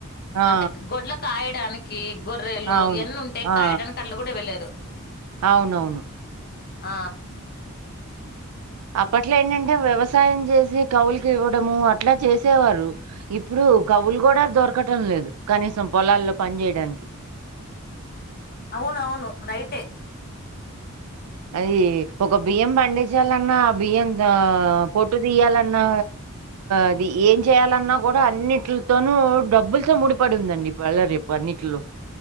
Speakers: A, on the right; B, on the left.
A: ఆ!
B: అంటే గొడ్ల కాయ ట్యానికి గొర్రెలు
A: అవును.
B: ఇవన్నీ ఉంటాయ్
A: ఆ!
B: కాయడానికి కళ్ళ కూడా ఎవలేదు
A: అవునవును
B: ఆ
A: అప్పట్లో ఏంటంటే వ్యవసాయం చేసి కవులకి ఇవ్వడము అట్లా చేసేవారు ఇప్పుడు కవులు కూడా దొరకటం లేదు కనీసం పొలాల్లో పని చేయడానికి
B: అవునవును రైటే <inaudible>
A: అది ఒక బియ్యం పండించాలన్నా ఆ బియ్యం తో పొట్టు తీయాలన్నా అది ఏం చేయాలన్నా కూడా అన్నిట్లోతును డబ్బులతో ముడిపడి ఉందండి ఇవళ రేపు అన్నింటిలో